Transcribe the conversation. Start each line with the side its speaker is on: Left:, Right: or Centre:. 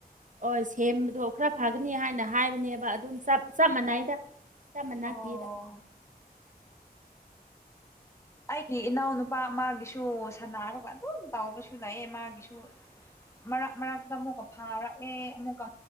Right: ꯑꯣ ꯁꯦꯝꯕꯗꯣ ꯈꯔ ꯐꯒꯅꯤ ꯍꯥꯏꯅ ꯍꯥꯏꯕꯅꯦꯕ ꯑꯗꯨꯝ ꯆꯞ ꯃꯥꯟꯅꯩꯗ ꯆꯞ ꯃꯥꯟꯅꯈꯤꯗ
Left: ꯑꯣ ꯑꯩꯒꯤ ꯏꯅꯥꯎꯅꯨꯄꯥ ꯃꯥꯒꯤꯁꯨ ꯁꯥꯅꯔꯒ ꯑꯗꯨꯝ ꯇꯥꯎꯕꯁꯨ ꯂꯩꯌꯦ ꯃꯥꯒꯤꯁꯨ ꯃꯔꯛ ꯃꯔꯛꯇ ꯑꯃꯨꯛꯀ ꯐꯥꯔꯛꯑꯦ ꯑꯃꯨꯛꯀ